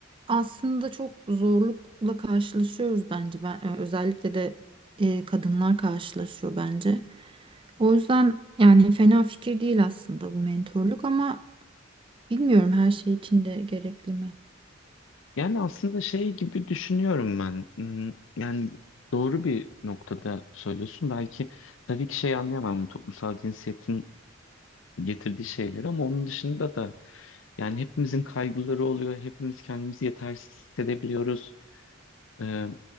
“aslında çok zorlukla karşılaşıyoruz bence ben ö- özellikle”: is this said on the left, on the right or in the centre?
Right